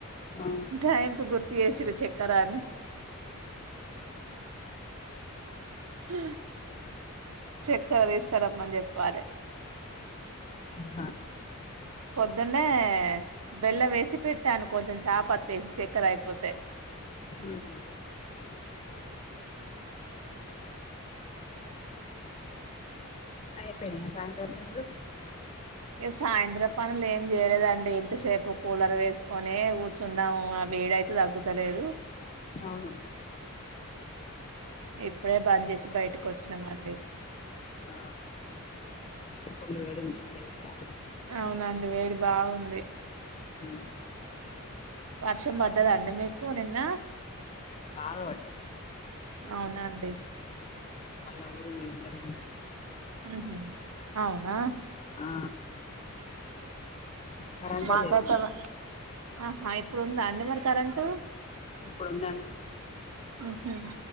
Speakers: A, on the left; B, on the right.
A: ఆ
B: టైమ్ కు గు ర్తు చేసిరు చె కరాని ఆ చక్కర వేసు రమ్మని చెప్పాలే
A: హ
B: పొద్దున్నే బెల్లం వేసి పెట్టాను కొంచెం చాపత్త ఏసి చక్కెర అయిపోతే
A: హ అయిపోనియ సాయంత్రం పనులు
B: ఏ సాయంత్రం పనులు ఏం చేయలేదండి ఇంతసేపు కూలర్ వేసుకొనే కూర్చున్నాము ఆ వేడైతే తగ్గుతలేదు
A: అవును
B: ఇప్పుడే బంజేసి బయట కోచ్చినమండి
A: ఆ ఫుల్ వేడుంది నిన్న ఈయాల
B: అవునండి వేడి బాగుంది
A: ఉ
B: వర్షం పడ్డదండి మీకు నిన్న
A: బాగాపడ్డదీ
B: అవునా అండి.
A: అలా మొరబుల్ మెమొరబుల్
B: ఉహూ అవునా.
A: ఆ కరెంటే
B: మాకాతవా
A: లేదు మాకు
B: ఆహ్ ఎప్ ఇప్పుడు ఉందా అండి. మరి కరెంటు
A: ఇప్పుడుందండి.
B: ఉహు